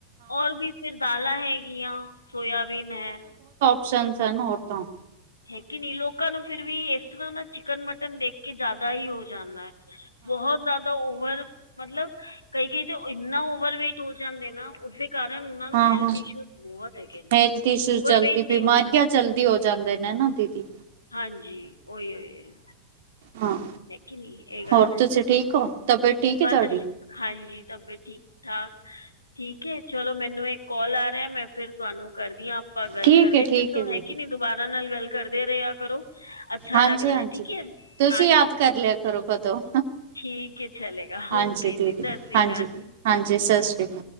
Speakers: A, on the left (about 80°); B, on the right (about 55°).
A: ਰ ਵੀ ਫਿਰ ਦਾਲਾਂ ਹੈਗੀਆਂ ਹਾਂਜੀ। ਸੋਇਆਬੀਨ ਹੈ
B: ਸ਼ਨ ਸਨ ਔਰਤਾਂ
A: ਹੈਗੀ ਨਹੀ ਲੋਕਾਂ ਨੂੰ ਫਿਰ ਵੀ ਇਸ ਤਰ੍ਹਾਂ ਨਾ ਚਿਕਨ ਮਟਨ ਦੇਖ ਕੇ ਜ਼ਿਆਦਾ ਹੀ ਹੋ ਜਾਂਦਾ ਹੈ। ਬਹੁਤ ਜ਼ਿਆਦਾ ਓਵਰ ਮਤਲਬ ਕਈ ਕਈ ਤਾਂ ਇੰਨਾ ਓਵਰਵੇਟ ਹੋ ਜਾਂਦੇ ਨਾ ਉਸਦੇ ਕਾਰਨ ਉਹਨਾਂ ਨੂੰ
B: ਹਾਂ
A: ਹੈਲਥ
B: ਹਾਂ
A: ਇਸ਼ੂ ਬਹੁਤ ਹੈਗੇ ਨੇ
B: ਹੈਲਥ ਇਸ਼ੂਜ਼
A: ਓਵਰਵੇਟ
B: ਜਲਦੀ ਬਿਮਾਰੀਆਂ
A: ਨਹੀਂ ਹੋਣਾ
B: ਜਲਦੀ ਹੋ ਜਾਂਦੇ ਨੇ ਨਾ ਦੀਦੀ
A: ਹਾਂਜੀਓਹੀ ਓਹੀ
B: ਹਾਂ
A: ਹੈਗੀ ਨੀ ਇਹ ਗੱਲ
B: ਹੋਰ
A: ਐ
B: ਤੁਸੀਂ ਠੀਕ ਹੋ ਤਬੀਅਤ ਠੀਕ ਹੈ
A: ਬਸ
B: ਤੁਹਾਡੀ
A: ਹਾਂਜੀ ਤਬੀਅਤ ਠੀਕ ਠਾਕ ਠੀਕ ਹੈ ਚਲੋ ਮੈਨੂੰ ਇੱਕ ਕਾਲ ਆ ਰਿਹਾ ਮੈਂ ਫੇਿਰ ਤੁਹਾਨੂੰ ਕਰਦੀ ਹਾਂ ਆਪਾਂ ਗੱਲ
B: ਠੀਕ
A: ਕਰਦੇ
B: ਹੈ ਠੀਕ
A: ਫਿਰ ਤ
B: ਹੈ ਦੀਦੀ
A: ਹੈਗੀ ਨੀ ਦੁਬਾਰਾ ਨਾਲ ਗੱਲ ਕਰਦੇ ਰਹੇ ਆ ਕਰੋ ਅੱਛਾ
B: ਹਾਂਜੀ
A: ਲੱਗਦਾ
B: ਹਾਂਜੀ
A: ਹੈ ਠੀਕ ਹੈ
B: ਤੁਸੀਂ
A: ਹਾਂਜੀ
B: ਯਾਦ ਕਰ ਲਿਆ
A: <unintelligible>
B: ਕਰੋ ਕਦੋਂ
A: ਠੀਕ ਹੈ ਚਲੇਗਾ
B: ਹਾਂਜੀ
A: ਓਕੇ
B: ਦੀਦੀ
A: ਜੀ ਸਤਿ ਸ਼੍ਰੀ
B: ਹਾਂਜੀ
A: ਅਕਾਲ।
B: ਹਾਂਜੀ ਸਤਿ ਸ਼੍ਰੀ ਅਕਾਲ